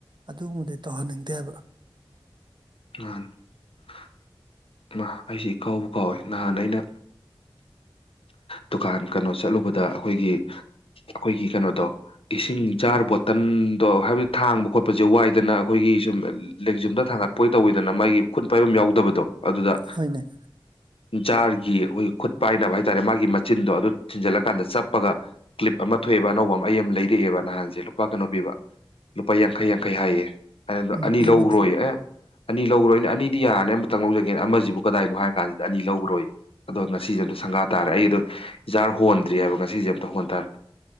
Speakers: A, on the right (about 55°); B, on the left (about 85°).
A: ꯑꯗꯨ ꯗꯤ ꯇꯧꯍꯟꯅꯤꯡꯗꯦ ꯍꯥꯏꯕ
B: ꯑ <unintelligible> <inaudible> ꯑ ꯑꯩꯁꯤ ꯀꯥꯎꯕ ꯀꯥꯎꯋꯦ ꯅꯍꯥꯟ ꯑꯩꯅ ꯗꯨꯀꯥꯟ ꯀꯩꯅꯣ ꯆꯠꯂꯨꯕꯗ ꯑꯩꯈꯣꯏꯒꯤ ꯑꯩꯈꯣꯏꯒꯤ ꯀꯩꯅꯣꯗꯣ ꯏꯁꯤꯡ ꯖꯥꯔ ꯕꯣꯇꯜꯗꯣ ꯍꯥꯏꯕꯗꯤ ꯊꯥꯡꯕ ꯈꯣꯠꯄꯁꯦ ꯋꯥꯏꯗꯅ ꯑꯩꯈꯣꯏꯒꯤ ꯁꯨꯝꯦꯡꯨꯝ ꯗ ꯊꯥꯡꯒꯠꯄꯣꯏ ꯇꯋꯤꯗꯅ ꯃꯥꯒꯤ ꯈꯨꯠ ꯄꯥꯏꯐꯝ ꯌꯥꯎꯗꯕꯗꯣ ꯑꯗꯨꯗ
A: ꯍꯣꯏꯅꯦ
B: ꯖꯥꯔꯒꯤ ꯑꯩꯈꯣꯏ ꯈꯨꯠ ꯄꯥꯏꯅꯕ ꯍꯥꯏ ꯍꯥꯏꯔꯦ ꯃꯥꯒꯤ ꯃꯆꯤꯟꯗꯣ ꯑꯗꯨ ꯊꯤꯟꯖꯜꯂꯀꯥꯟꯗ ꯆꯞꯄꯒ ꯀ꯭ꯂꯤꯞ ꯑꯃ ꯊꯣꯛꯑꯦꯕ ꯑꯅꯧꯕ ꯑꯃ ꯑꯩ ꯑꯃ ꯂꯩꯔꯛꯑꯦꯕ ꯅꯍꯥꯟꯁꯤꯦ ꯂꯨꯄꯥ ꯀꯩꯅꯣ ꯄꯤꯕ ꯂꯨꯄꯥ ꯌꯥꯡꯈꯩ ꯌꯥꯡꯈꯩ ꯍꯥꯏꯌꯦ ꯑꯗꯨꯗ
A: ꯎꯝ
B: ꯑꯅꯤ
A: ꯄꯤꯕꯅꯦ
B: ꯂꯧꯔꯣꯏ ꯑꯦ ꯑꯅꯤ ꯂꯧ꯭ꯔꯣꯏ ꯑꯩꯅ ꯑꯅꯤꯗꯤ ꯌꯥꯔꯅꯤ ꯑꯃꯇꯪ ꯂꯧꯖꯒꯦꯅ ꯑꯃꯁꯤꯕꯨ ꯀꯗꯥꯏꯅꯣ ꯍꯥꯏꯔ ꯀꯥꯟꯁꯤꯗ ꯑꯅꯤ ꯂꯧꯈꯔꯣꯏ ꯑꯗꯣ ꯉꯁꯤꯦꯗꯣ ꯁꯪꯒꯥ ꯇꯥꯔꯦ ꯑꯩꯗꯣ ꯏꯖꯥꯔ ꯍꯣꯟꯗ꯭ꯔꯤꯑꯕ ꯉꯁꯤꯁꯦ ꯑꯝꯇ ꯍꯣꯟ ꯇꯥꯔꯦ